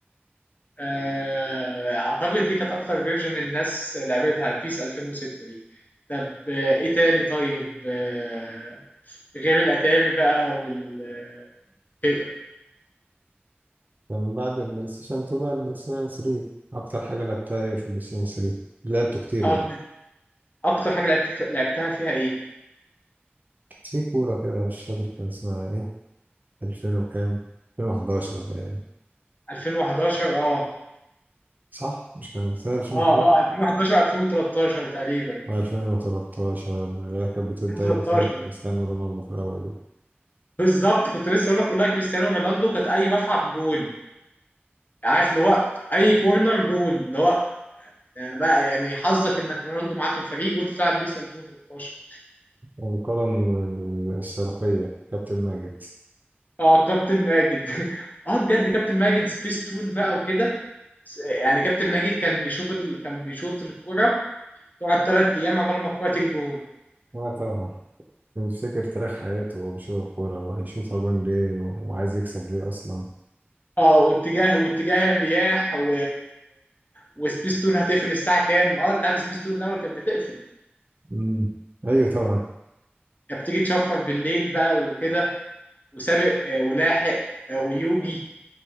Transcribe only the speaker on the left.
آه، اعتقد دي كانت اكتر فيرجن الناس لعبتها بيس 2006 دي طب آه، ايه تاني طيب آه، غير الاتاري بقى وال آه، كده
اه
اكتر حاجه لعبت لعبتها فيها ايه
2011 اه
اه اه 2011 2013 تقريبا
2013
بالظبط كنت لسه اقول لك والله كريستيانو رونالدو كانت اي ملعب جون عارف اللي هو اي كورنر جون اللي هو يعني بقى يعني حظك انك رونالدو معاك في الفريق وانت بتلعب بيس 2013
اه كابتن ماجد <laughs> اه بجد كابتن ماجد سبيس تون بقى وكده س- يعني كابتن ماجد كان بيشوط ال... كان بيشوط الكرة تقعد ثلاث ايام عقبال ما الكرة تيجي جون
اه واتجاه واتجاه الرياح و وسبيس تون هتقفل الساعة كام اه انت عارف سبيس تون الاول كانت بتقفل
كانت بتيجي تشفر بالليل بقى وكده وسابق آه، ولاحق آه، ويوجي